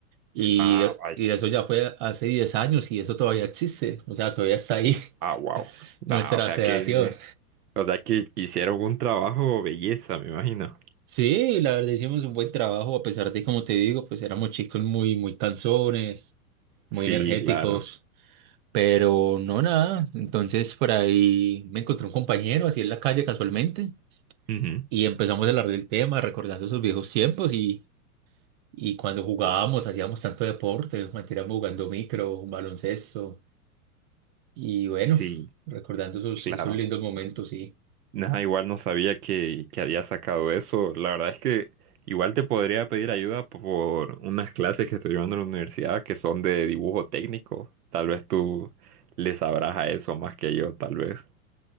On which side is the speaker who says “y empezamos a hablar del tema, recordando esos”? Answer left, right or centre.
Right